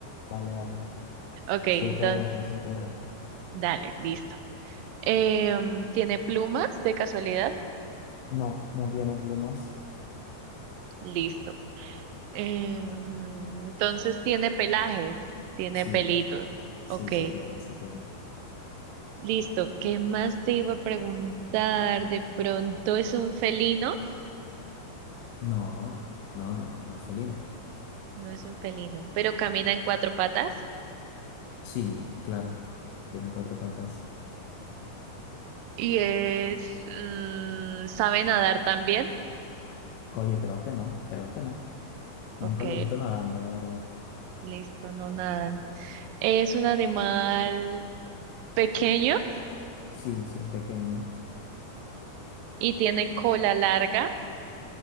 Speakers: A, on the left (about 75°); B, on the right (about 75°).
A: vale, vale.
B: Ok,
A: Si
B: entonces,
A: es terrestre, si es terrestre.
B: dale, listo. Em, ¿tiene plumas de casualidad?
A: No, no tiene plumas.
B: Listo. Em, entonces, ¿tiene pelaje? Tiene
A: Sí,
B: pelitos.
A: ta- sí,
B: Ok,
A: sí tiene, sí tiene.
B: listo. ¿Qué más te iba a preguntar? De pronto, ¿es un felino?
A: No, no, no, no es felino.
B: No es un felino, pero camina en cuatro patas
A: Sí, claro. Tiene cuatro patas.
B: y es, mm, ¿sabe nadar también?
A: Oye, creo que no, creo que no. Nunca
B: Ok,
A: lo he visto nadando, la verdad.
B: Listo, no nadan. Es un animal pequeño
A: Sí, sí, es pequeño.
B: y tiene cola larga.